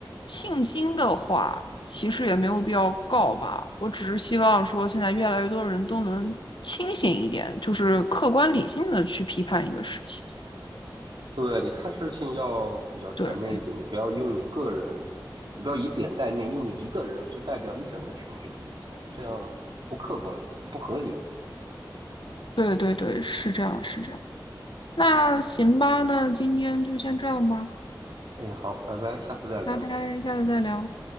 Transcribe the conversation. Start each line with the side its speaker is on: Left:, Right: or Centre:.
Left: 信心的话，其实也没有必要告吧。我只是希望说，现在越来越多人都能清醒一点，就是客观理性的去批判一个事情。
Right: 对，你看事情要比较全面一点，
Left: 对
Right: 你不要用你个人，你不要以点带面，用你一个人去代表了一整个群体的意见，这样不客观也不合理。
Left: 对对对，是这样是这样。那行吧，那今天就先这样吧。
Right: 哎，好，拜拜，下次再聊。
Left: 拜拜，下次再聊。